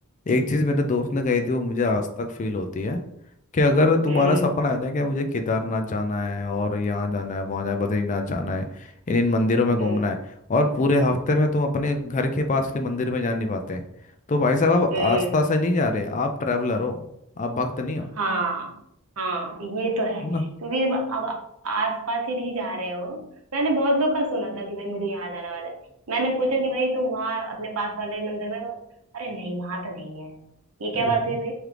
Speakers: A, on the left; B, on the right.
A: एक चीज मेरे दोस्त ने कही थी वो मुझे आज तक फील होती है कि अगर तुम्हारा
B: हम्म
A: सपना है ना कि मुझे केदारनाथ जाना है और यहाँ जाना है वहाँ जाना है बद्रीनाथ जाना है इन इन मंदिरों में घूमना
B: हम्म
A: है और पूरे हफ्ते में तुम अपने घर के पास के मंदिर में जा नहीं पाते तो भाई साहब आप
B: हम्म
A: आस्था से नहीं जा रहे आप ट्रैवलर हो आप भक्त नहीं हो
B: हाँ हाँ ये तो है
A: है ना
B: क्योंकि अब अब आसपास ही नहीं जा रहे हो मैंने बहुत लोग का सुना था कि भाई मुझे यहाँ जाना वाला है मैंने पूछा कि भाई तुम वहाँ अपने पास वाले मंदिर में अरे नहीं वहां तो नहीं गए हैं। ये क्या
A: वही
B: बात हुई